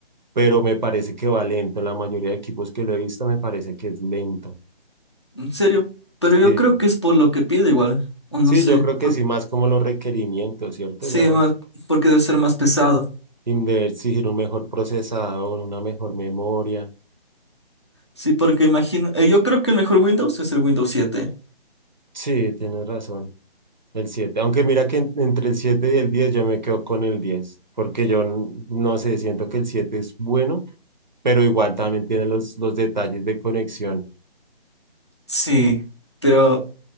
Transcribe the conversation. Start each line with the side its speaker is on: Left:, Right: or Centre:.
Right: pero me parece que va lento. La mayoría de equipos que lo he visto me parece que es lento.
Left: en serio. Pero yo
Right: Sí,
Left: creo que es por lo que pide igual, o no
Right: sí,
Left: sé.
Right: yo creo que
Left: Por-
Right: sí, más como los requerimientos, ¿cierto?
Left: sí,
Right: Ya
Left: ma- porque debe ser más pesado.
Right: in- de exigir un mejor procesador, una mejor memoria.
Left: Sí, porque imagino, eh, yo creo que el mejor Windows es el Windows siete.
Right: Sí, tienes razón. El siete Aunque mira que en- entre el siete y el 10 yo me quedo con el 10 porque yo n- no sé, siento que el siete es bueno, pero igual también tiene los, los detalles de conexión.
Left: Sí, pero